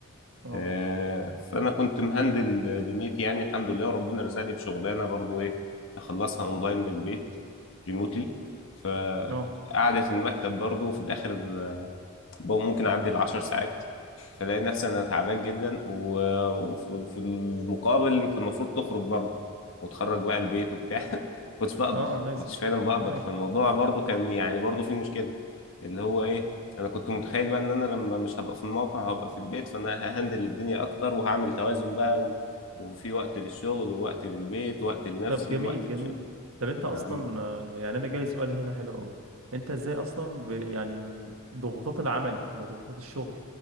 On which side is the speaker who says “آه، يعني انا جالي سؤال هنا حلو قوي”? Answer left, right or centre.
Right